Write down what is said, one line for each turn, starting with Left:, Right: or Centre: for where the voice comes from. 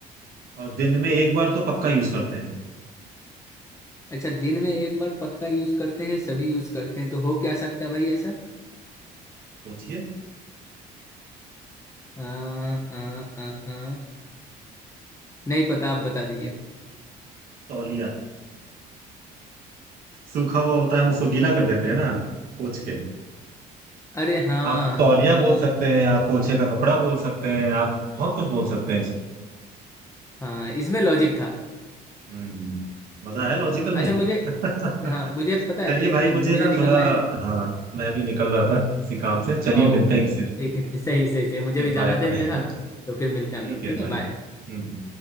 Right: और दिन में एक बार तो पक्का यूज करते हैं
Left: अच्छा दिन में एक बार पक्का यूज करते हैं सभी यूज करते हैं तो हो क्या सकता है भाई ऐसा
Right: सोचिए
Left: आ, आ, आ, आ, नहीं पता आप बता दीजिए
Right: तौलिया सूखा हुआ होता है हम उसको गीला कर देते हैं ना पोंछ के
Left: अरे हाँ
Right: आप तौलिया
Left: हाँ
Right: बोल सकते हैं आप पोछे का कपड़ा बोल सकते हैं आप बहुत कुछ बोल सकते हैं
Left: हाँ इसमें लॉजिक था
Right: हम्म मजा आया लॉजिकल
Left: अच्छा
Right: में
Left: मुझे
Right: <laughs>
Left: हाँ मुझे पता है
Right: चलिए
Left: एक
Right: भाई मुझे
Left: मुझे
Right: ना
Left: निकलना
Right: थोड़ा
Left: है
Right: हाँ मैं भी निकल रहा था किसी काम से चलिए
Left: ओ
Right: मिलते हैं किसी दिन
Left: ठीक है <laughs> सही सही सही मुझे
Right: Okay
Left: भी
Right: bye
Left: जाना
Right: bye
Left: था एक जगह तो फिर मिलते हैं
Right: ठीक
Left: हम लोग
Right: है
Left: ठीक है
Right: भाई
Left: बाय
Right: हम्म